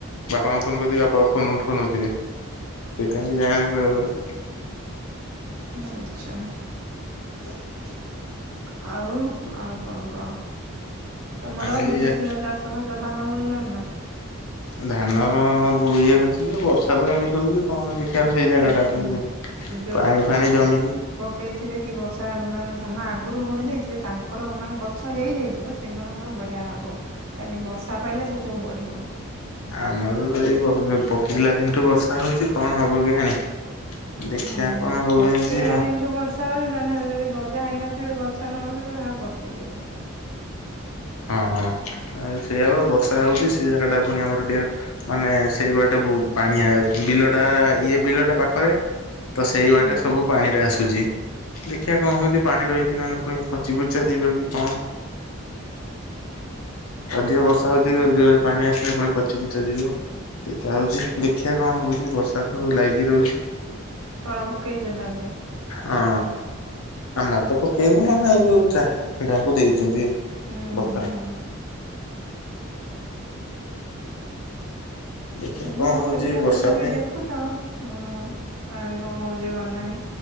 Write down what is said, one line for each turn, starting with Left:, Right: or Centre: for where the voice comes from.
Left: ବାପାଙ୍କୁ ଫୋନ କରୁଥିବି ବାପା ଫୋନ ଉଠଉନଥିବେ ସେଇଥିପାଇଁ ଯାଏନି ବେଳେ ବେଳେ।
Right: ଆଚ୍ଛା <unintelligible> ଆଉ ଆଉ କଣ କଅ? ତମର
Left: ଏଇ
Right: ବିଲ ଫିଲ ଚାଷବାସ ଧାନ ବୁଣିଲଣି ନା?
Left: ଧାନ ବୁଣିବ କିଏ ବର୍ଷା ତ ଏମିତି ହଉଛି। କଣ ଦେଖିବା ସେଇ ଜାଗାଟା
Right: ହୁଁ
Left: କୁ ପାଣି ଫାଣି ଜମିଚି।
Right: ହେଇଥିବେ କି ବର୍ଷା ମାନେ ଧାନ ଆଗରୁ ବୁଣି ଦେଇଥିବେ ତାଙ୍କର ମାନେ ଗଛ ହେଇଯାଇଥିବ ସେ ସେମାନଙ୍କର ବଢ଼ିଆ ହବ କାହିଁ ବର୍ଷା ପାଇଲା ସେ ସବୁ ବଢିବ।
Left: ଆମର ଏଇ ପକେଇଲା ଦିନଠୁ ବର୍ଷା ହଉଛି କଣ ହବ କେଜାଣି।
Right: ଅ
Left: ଦେଖିବା
Right: ହଁ ଯଦି
Left: କଣ ହଉଛି
Right: ପକେଇଲା
Left: ଆଉ।
Right: ଦିନଠୁ ବର୍ଷା <unintelligible> ଧାନ ଯଦି ଗଜା ହେଇନଥିବ ଗଛ ନ ଉଠିବ ସେଗୁଡ଼ାକ ପଚିଯିବ।
Left: ହଁ ହଁ ସେଇଆ ବା ବର୍ଷା ହଉଛି ସେ ଜାଗା ଟା ପୁଣି ଆମର ଟିକେ ମାନେ ସେଇ ବାଟ କୁ ପାଣି ଆଉଚି ବିଲଟା ଇଏ ବିଲଟା ପାଖରେ। ତ ସେଇ
Right: ହୁଁ
Left: ବାଟେ
Right: ହୁଁ
Left: ସବୁ ପାଣିରେ ଆସୁଛି। ଦେଖିବା କଣ ହଉଛି ପାଣି ରହିକି ନହେଲେ ଫୁଣି ପଚି ପୁଚା ଯିବେ କି କଣ। ଅଧିକ
Right: ଆଚ୍ଛା
Left: ବର୍ଷା ହଉଛି ଯୋରେ ପାଣି ଆସିଲେ ପୁଣି ପଚିପୁଚା ଯିବ। ସେଇଟା ହଉଛି ଦେଖିବା କଣ ହଉଛି ବର୍ଷା ତ ଲାଗି ରହୁଛି।
Right: ତଳା ପକେଇଛ ତାହେଲେ?
Left: ହଁ ଆମର ତ ପକେଇନୁ ଆମେ ଏଇ ଯୋଛା କାହାକୁ ଦେଇଛନ୍ତି।
Right: ହୁଁ ହୁଁ।
Left: <unintelligible>
Right: ହୁଁ
Left: ଦେଖିବା
Right: ହୁଁ
Left: କଣ
Right: ହଉ
Left: ହଉଛି
Right: ଦେଖିଆ
Left: ବର୍ଷା
Right: ତଥାପି
Left: ପାଇଁ
Right: ଦେଖୁଥାଅ ହଁ ପାଣି କଣ ହଉଛି କଣ ନାହିଁ।